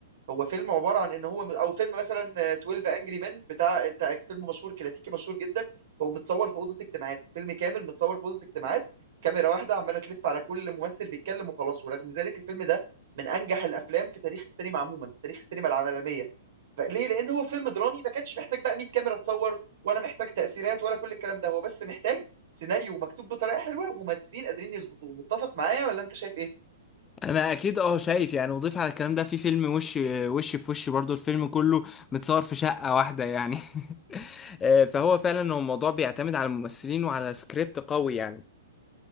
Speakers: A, on the right (about 60°); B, on the left (about 20°).
A: هو فيلم عبارة عن ان هو او فيلم مثلا آه، 12 انجري مان بتاع انت فيلم مشهور كلاسيكي مشهور جدا هو متصور في أوضة اجتماعات فيلم كامل متصور في أوضة اجتماعات كاميرا واحدة عمالة تلف على كل ممثل بيتكلم وخلاص ورغم ذلك الفيلم ده من انجح الافلام في تاريخ السينما عموما في تاريخ السينما العالمية فليه لان هو فيلم درامي ما كانش محتاج بقى 100 كاميرا تصور ولا محتاج تأثيرات ولا كل الكلام ده هو بس محتاج سيناريو مكتوب بطريقة حلوة وممثلين قادرين يظبطوه متفق معايا ولا انت شايف ايه
B: انا اكيد اه شايف يعني وضيف على الكلام ده في فيلم وش وش في وش برضو الفيلم كله متصور في شقة واحدة يعني <laughs> آه، فهو فعلا هو الموضوع بيعتمد على الممثلين وعلى سكريبت قوي يعني